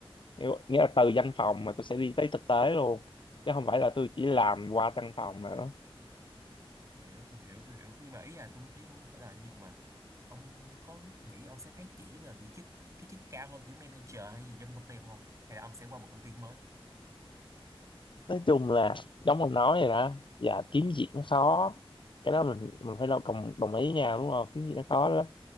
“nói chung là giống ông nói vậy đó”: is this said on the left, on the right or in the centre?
Left